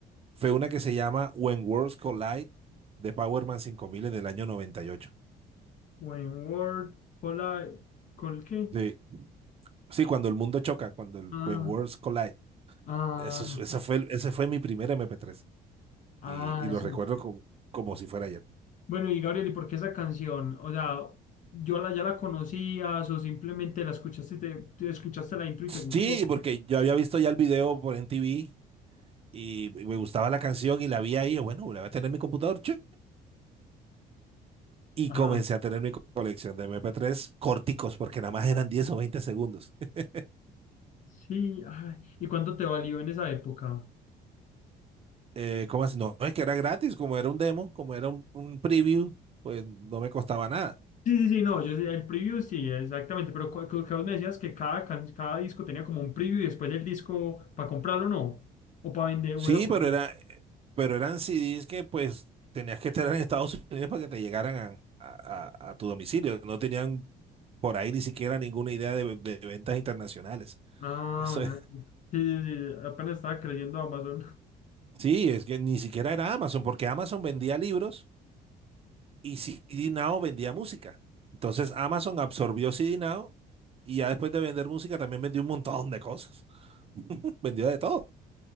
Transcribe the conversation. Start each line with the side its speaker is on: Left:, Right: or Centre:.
Right: fue una que se llama When Worlds Collide de Power Man 5000 del año 98.
Left: When Word, cola, ¿col qué?
Right: Sí, sí, cuando el mundo choca, cuando el
Left: Ah,
Right: When Worlds Collide.
Left: ah,
Right: Eso, es- eso fue, el- ese fue mi primer MP3
Left: ah,
Right: y, y lo
Left: eso.
Right: recuerdo como, como si fuera ayer.
Left: Bueno, y Gabriel, ¿y por qué esa canción? O sea, ¿yo la, ya la conocías o simplemente la escuchaste y te, te escuchaste la intro y te gustó?
Right: Sí, porque yo había visto ya el video por MTV y me gustaba la canción y la vi ahí, yo, bueno, la voy a tener en mi computador, chu. Y
Left: Ajá.
Right: comencé a tener mi co- colección de mp tres corticos, porque nada más eran diez o veinte segundos. <laughs>
Left: Sí, ay, ¿Y cuánto te valió en esa época?
Right: Eh, ¿cómo así? No, es que era gratis, como era un demo, como era un, un preview, pues no me costaba nada.
Left: Sí, sí, sí, no, yo sí, el preview sí, exactamente, pero cu- cu- que vos me decías que cada, can- cada disco tenía como un preview y después el disco para comprarlo, ¿no? O para vender,
Right: Sí,
Left: o era para
Right: pero
Left: vender.
Right: era, pero eran CDs que pues tenías que estar en Estados Unidos para que te llegaran a, a- a- a tu domicilio. No tenían por ahí ni siquiera ninguna idea de, de ventas internacionales.
Left: Ah,
Right: Eso es-
Left: ya. Sí, sí, sí, apenas estaba creciendo Amazon. <laughs>
Right: Sí, es que ni siquiera era Amazon, porque Amazon vendía libros y CD Now vendía música. Entonces Amazon absorbió CD Now y ya después de vender música también vendió un montón de cosas. <laughs> Vendió de todo.